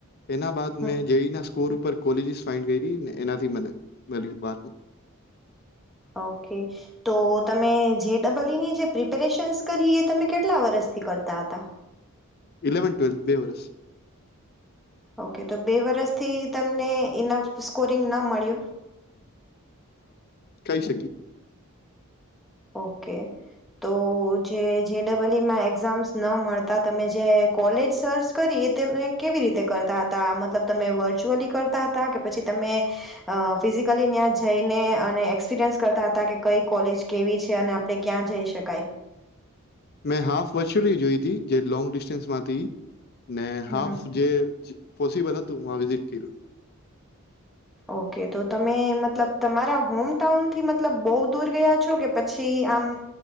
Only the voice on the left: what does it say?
એના બાદ
મેં જેયઈ ના સ્કોર ઉપર કોલેજીસ ફાઈન્ડ કરી ને એનાથી મને મળ્યું વાત.
ઇલેવનથ ટ્વેલ્થ બે વર્ષ.
ખઈ શકીએ.
મેં હાફ વર્ચ્યુઅલી જોઈ જે લોંગ ડિસ્ટન્સ માં હતી ઈ. ને
હાફ
જે પોસિબલ હતું વા વિઝિટ કયરું.